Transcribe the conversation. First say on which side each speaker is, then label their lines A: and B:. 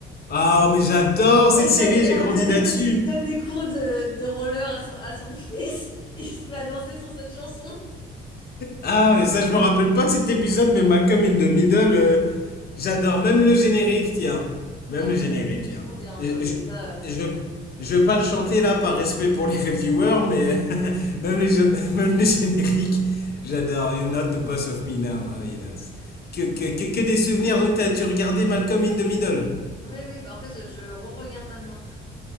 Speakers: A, on the left (about 50°); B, on the left (about 25°).
A: Ah, mais j'adore cette
B: Et, ben,
A: série,
B: et
A: j'ai
B: à
A: grandi
B: un donné,
A: là-dessus.
B: quand il donne des cours de, de roller à son, à son fils, <laughs> il se met à danser sur cette chanson.
A: Ah, mais ça, je me rappelle pas de cet épisode, mais Malcolm in the Middle, euh, j'adore. Même le générique, tiens. Même
B: Ah non,
A: le générique,
B: mais tout c'est trop
A: là.
B: bien.
A: Je,
B: Non, mais
A: je,
B: ça. euh,
A: je, je vais pas le chanter, là, par respect pour les reviewers, mais <laughs> même les, gén- <laughs> même les génériques, j'adore. You're not the boss of me now. Ah oui, là. c'est- Que, que, que, que des souvenirs. Donc, t'as- tu regardais Malcolm in the Middle?
B: Oui, oui, bah en fait, euh, je re-regarde maintenant.